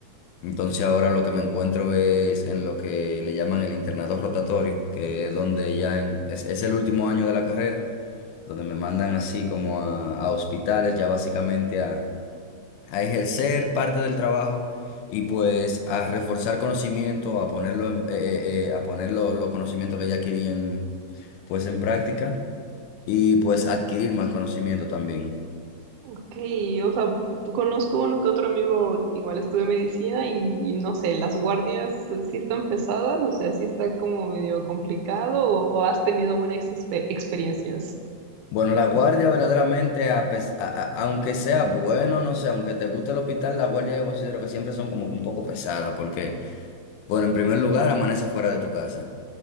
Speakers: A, on the left (about 85°); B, on the right (about 80°).
A: Entonces, ahora lo que me encuentro es en lo que le llaman el internado rotatorio, que es donde ya en- es, es el último año de la carrera, donde me mandan así como a, a hospitales, ya básicamente a a ejercer parte del trabajo y pues a reforzar conocimiento, a ponerlo en- eh, eh, eh, a poner lo- los conocimientos que ya adquirí en, pues en práctica y pues adquirir más conocimiento también.
B: Ok, o sea, conozco uno que otro amigo que igual estudia medicina y no sé, las guardias eh, sí están pesadas, o sea, sí está como medio complicado o, o has tenido buenas expe- experiencias.
A: Bueno, la guardia verdaderamente, a pes- a- a- aunque sea bueno, no sé, aunque te guste el hospital, la guardia yo considero que siempre son como que un poco pesadas, porque, bueno, en primer lugar, amaneces fuera de tu casa,